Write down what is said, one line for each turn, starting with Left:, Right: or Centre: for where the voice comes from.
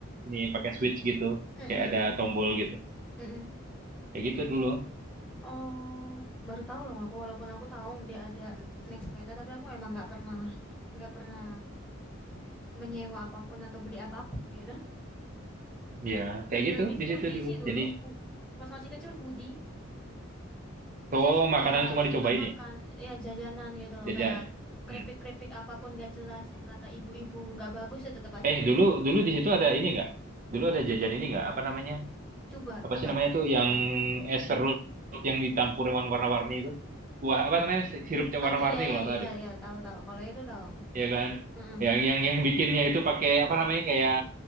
Right: ini pakai switch gitu.
Centre: hmm hmm
Right: Kayak ada tombol gitu.
Centre: hmm, hmm.
Right: Kayak gitu dulu.
Centre: oh baru tahu loh aku walaupun aku tahu dia ada naik sepeda tapi aku emang nggak pernah nggak pernah menyewa apapun atau beli apapun gitu.
Right: Ya, kayak
Centre: <laughs>
Right: gitu
Centre: Lebih
Right: di
Centre: foodie
Right: situ dulu.
Centre: sih dulu,
Right: Jadi
Centre: fu- waktu pas masih kecil foodie. Maksudnya
Right: Oh,
Centre: suka
Right: makanan semua dicobain
Centre: suka makan
Right: ya,
Centre: ya jajanan gitu loh
Right: jajan.
Centre: kayak keripik-keripik
Right: Hmm.
Centre: apapun gak jelas yang kata ibu-ibu nggak bagus ya tetap aja
Right: Eh,
Centre: dibeli.
Right: dulu dulu di situ ada ini nggak? Dulu ada jajan ini nggak? Apa namanya?
Centre: Coba
Right: Apa
Centre: apa?
Right: sih namanya tuh yang
Centre: Bukan.
Right: es serut yang ditampur yang warna-warni itu? Wah, apa namanya? Sirupnya
Centre: Ada
Right: warna-warni
Centre: iya
Right: kalau
Centre: iya
Right: nggak salah
Centre: iya
Right: deh.
Centre: iya tahu tahu. Kalau itu tahu.
Right: Iya kan?
Centre: Heeh.
Right: Yang yang yang bikinnya itu pakai apa namanya? Kayak